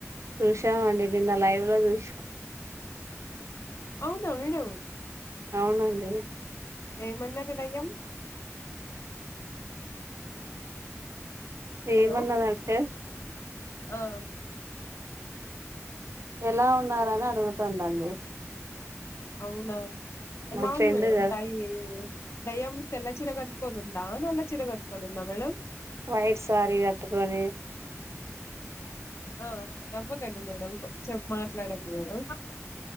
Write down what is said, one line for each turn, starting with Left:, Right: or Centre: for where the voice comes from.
Right: చూషా అండీ నిన్న లైవ్ లో చూషం
Left: అవునా మేడం
Right: అవునండి
Left: ఏమన్నది దయ్యం
Right: ఏమన్నదంటే
Left: హలో ఆ
Right: ఎలా ఉన్నారు అని అడుగుతుందండి
Left: అవునా ఎలా
Right: మా
Left: వుంది
Right: ఫ్రెండ్
Left: మేడం
Right: కదా
Left: టైయి దయ్యం తెల్ల చీర కట్టుకోని ఉందా నల్ల చిర కట్టుకొని ఉందా మేడం
Right: వైట్ సారీ గట్టుకొని
Left: ఆ నవ్వకండి మేడం కొ చెప్పు మాట్లాడండి మేడం